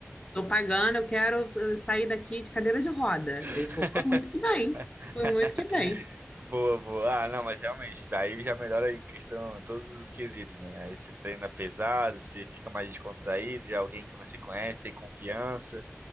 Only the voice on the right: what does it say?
<laughs>
Boa, boa. Ah, não, mas realmente, aí já melhora em questão todos os quesitos, né? Aí você treina pesado, você fica mais descontraído, já é alguém que você conhece, tem confiança.